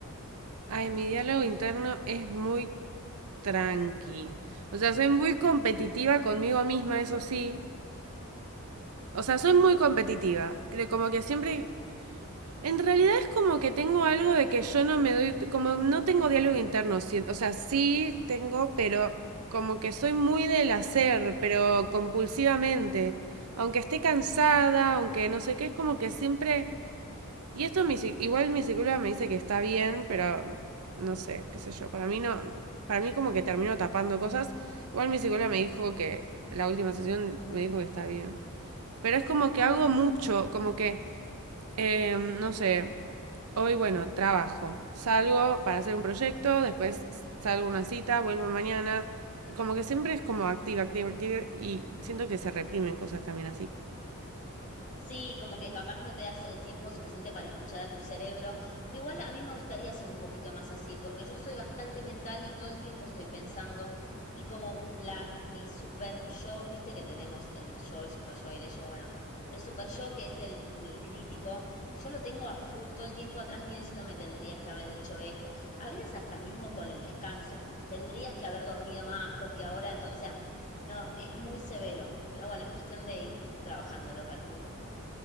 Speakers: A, on the right (about 80°); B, on the left (about 35°).
A: Ay, mi diálogo interno es muy tranqui. O sea, soy muy competitiva conmigo misma, eso sí. O sea, soy muy competitiva. Creo como que siempre... En realidad es como que tengo algo de que yo no me doy... Como no tengo diálogo interno. si- O sea, sí tengo, pero como que soy muy del hacer, pero compulsivamente. Aunque esté cansada, aunque no sé qué, es como que siempre... Y esto mi, psi- igual mi psicóloga me dice que está bien, pero no sé, qué sé yo. Para mí no, para mí como que termino tapando cosas. Igual mi psicóloga me dijo que la última sesión me dijo que está bien. Pero es como que hago mucho, como que, eh, no sé, hoy bueno, trabajo, salgo para hacer un proyecto, después salgo a una cita, vuelvo mañana. Como que siempre es como activa, activa, activa y siento que se reprimen cosas también así.
B: Sí, como que capaz no te das el tiempo suficiente para escuchar a tu cerebro, pero igual a mí me gustaría ser un poquito más así, porque yo soy bastante mental y todo el tiempo estoy pensando y como la mi super yo, viste que tenemos el yo, el super yo, el ello, bueno, el super yo que es el, el crítico, yo lo tengo a full todo el tiempo atrás mío diciendo me tendrías que haber hecho esto, a veces hasta mismo con el descanso, tendrías que haber dormido más porque ahora, ento- o sea, no, es muy severo, pero bueno, es cuestión de ir trabajándolo, calculo.